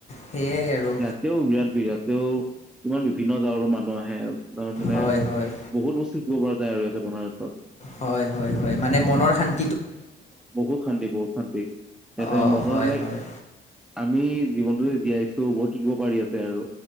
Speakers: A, on the left; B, in the centre.
A: সেয়াই আৰু
B: ইয়াতেও বিৰাট ভিৰ ইয়াতেও ইমান বিভিন্ন গাঁৱৰ মানুহ আহে। হে তাৰ মানে
A: হয় হয়
B: বহুত বস্তু শিকিব পৰা যায় আৰু এতে বনাৰছত।
A: হয়, হয়, হয় মানে মনৰ শান্তি
B: বহুত শান্তি বহুত শান্তি ইয়াতে
A: অঁ
B: মনৰ
A: হয়
B: লাইক
A: হয়
B: আমি জীৱনটো যে জীয়াইছো বহুত শিকিব পাৰি ইয়াতে আৰু